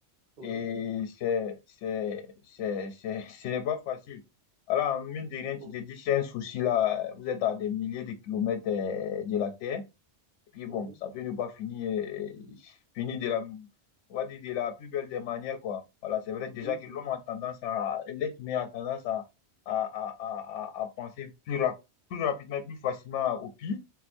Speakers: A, on the right; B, on the left.
A: oui,
B: Et c'est, c'est, c'est, c'est, <laughs> ce n'est pas facile. Alors, mine de rien, tu
A: oh,
B: te dis, c'est un souci là, vous êtes à des milliers de kilomètres euh, de la Terre. Et puis bon,
A: oui,
B: ça peut ne pas finir, euh, finir de la, on va dire de la plus belle des manières, quoi. Voilà, c'est vrai déjà
A: oui,
B: que
A: c'est,
B: l'homme a tendance à, l'être humain a tendance à, à, à, à, à- à penser plus, rap- plus rapidement, et plus facilement au pire,